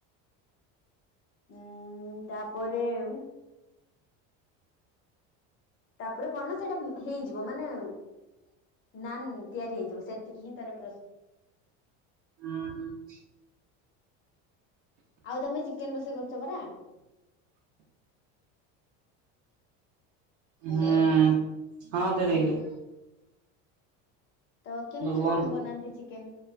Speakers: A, on the left; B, on the right.
A: <inaudible> ଉଁ ମ୍ ମ୍ ତାପରେ <inaudible> ତାପରେ କଣ ନା ସେଇଟା ଦେଇ ଯିବ ମାନେ <inaudible> ନା ତିଆରି ହେଇଯିବ ସେତିକି ହିଁ ତାର ପ୍ରୋ
B: ହୁଁ ହୁଁ।
A: ଆଉ ତମେ ଚିକେନ ରୋଷେଇ କରୁଛ ପରା? ହ୍ୟାଲୋ
B: ହୁଁ ହଁ ଦେଇ ଦେ
A: ତ କେମିତି
B: କୁହନ୍ତୁ
A: କଣ ବନାନ୍ତି ଚିକେନ